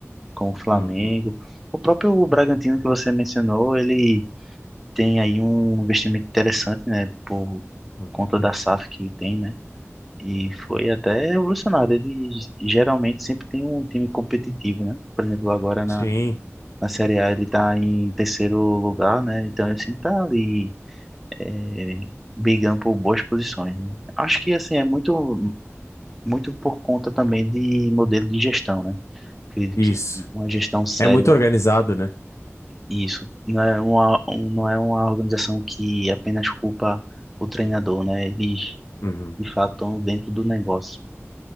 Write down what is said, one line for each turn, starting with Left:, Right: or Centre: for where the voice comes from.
Centre: como o Flamengo.
Left: Uhum,
Centre: O próprio Bragantino que você mencionou, ele tem aí um investimento interessante, né, por
Left: uhum,
Centre: conta da SAF que ele tem, né? E
Left: uhum.
Centre: foi até revolucionário. Ele geralmente sempre tem um time competitivo, né? Por exemplo, agora na,
Left: Sim,
Centre: na Série A ele está em terceiro lugar, né? Então ele sempre está ali é, brigando por boas posições, né? Acho que assim é muito muito por conta também de modelo de gestão, né? Acredito
Left: isso.
Centre: que uma gestão séria
Left: É muito organizado, né?
Centre: Isso. Não é uma, um- não é uma organização que apenas culpa o treinador, né? Eles,
Left: Uhum.
Centre: de fato, estão dentro do negócio.